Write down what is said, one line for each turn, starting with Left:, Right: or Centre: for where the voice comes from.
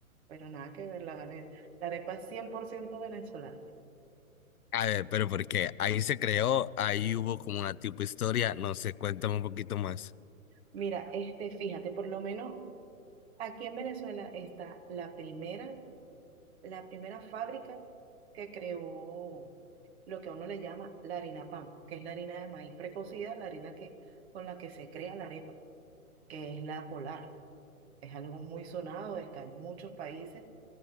Right: Pero nada que ver, la, vene- la arepa es 100% venezolana.
Left: A ver, pero ¿por qué? Ahí se creó, ahí hubo como una tipo historia, no sé, cuéntame un poquito más.
Right: Mira, este, fíjate, por lo menos aquí en Venezuela está la primera, la primera fábrica que creó lo que a uno le llama la harina pan, que es la harina de maíz precocida, la harina que, con la que se crea la arepa, que es la polar. Es algo muy sonado, está en muchos países